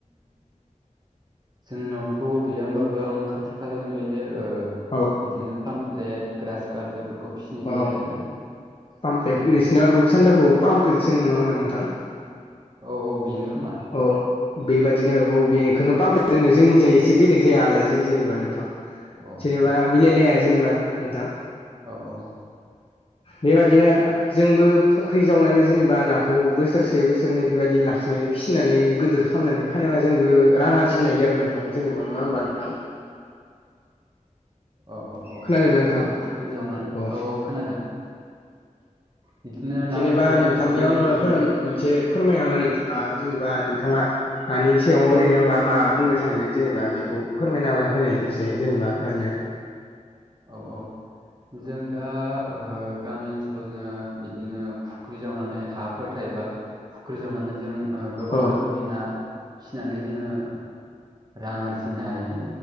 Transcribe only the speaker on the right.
जोंनावथ' गैया होमबाबो आं खाथि खालायावनो ओ
बिदिनो पामप्लेट ग्रास काट बेफोरखौ फिसिनाय
जायो आरोना
औ
औ औ बेनो खोमा
औ
औ
औ-औ
औ-औ-औ-औ
फुख्रिजावनो
औ-औ खोनादों बिदिनो
नाफोरखौ
फुख्रि जावनानै
औ-औ जों दा गामि ओनसोलाव जोंङो बिदिनो फुख्रि जावनानै हा फोरथाय बा फुख्रि जावनानै जों गोबां
रोखोमनि ना फिसिनानै जोङो रां आरजिनो हायो